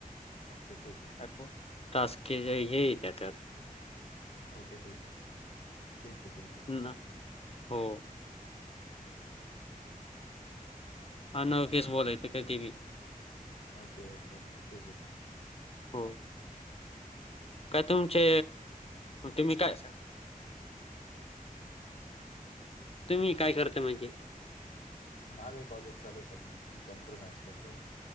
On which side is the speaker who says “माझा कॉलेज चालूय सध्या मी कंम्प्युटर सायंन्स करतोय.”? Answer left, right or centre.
Left